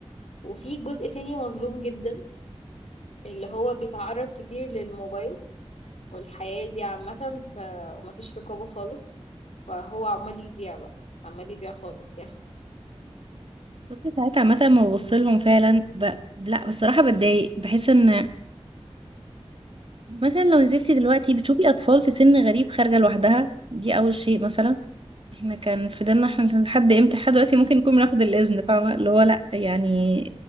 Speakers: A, on the left (about 80°); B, on the right (about 55°).
A: وفي جزء تاني مظلوم جدا اللي هو بيتعرض كتير للموبايل والحياة دي عامة ف ومفيش رقابة خالص فهو عمال يضيع بقى عمال يضيع خالص يعني
B: بس ساعات عامة ما ببصلهم فعلا ب... لا بصراحة بتضايق بحس ان مثلا لو نزلتي دلوقتي بتشوفي أطفال في سن غريب خارجة لوحدها دي أول شيء مثلا احنا كان في ديننا احنا لحد امتى لحد دلوقتي ممكن نكون بناخد الإذن فاهمة اللي هو لأ يعني